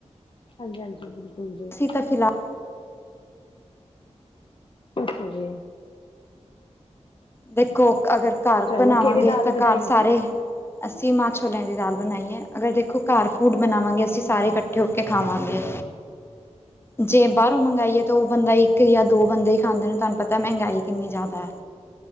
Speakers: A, on the left; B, on the left.
A: ਹਾਂਜੀ-ਹਾਂਜੀ, ਬਿਲਕੁਲ ਜੀ।
B: ਤੇ ਫਿਲਹਾਲ
A: ਅੱਛਾ ਜੀ।
B: ਦੇਖੋ ਅਗਰ ਘਰ
A: ਚਲੋ
B: ਬਣਾਵਾਂਗੇ
A: ਕਿਹੜੀ ਦਾਲ
B: ਤਾਂ
A: ਬਣਾਈ
B: ਘਰ ਸਾਰੇ
A: ਜੀ
B: ਅਸੀਂ ਮਾਂ ਛੋਲਿਆਂ ਦੀ ਦਾਲ ਬਣਾਈ ਹੈ। ਅਗਰ ਦੇਖੋ ਘਰ ਫੂਡ ਬਣਾਵਾਂਗੇ ਅਸੀਂ ਸਾਰੇ
A: ਅੱਛਾ
B: ਇਕੱਠੇ
A: ਹਾਂ
B: ਹੋ ਕੇ ਖਾਵਾਂਗੇ ਜੇ ਬਾਹਰੋਂ ਮੰਗਵਾਾਈਏ ਤਾਂ ਉਹ ਬੰਦਾ ਹੀ ਕਿਆ ਦੋ ਬੰਦੇ ਹੀ ਖਾਂਦੇ ਨੇ ਤੁਹਾਨੂੰ ਪਤਾ ਮਹਿੰਗਾਈ ਕਿੰਨੀ ਜ਼ਿਆਦਾ।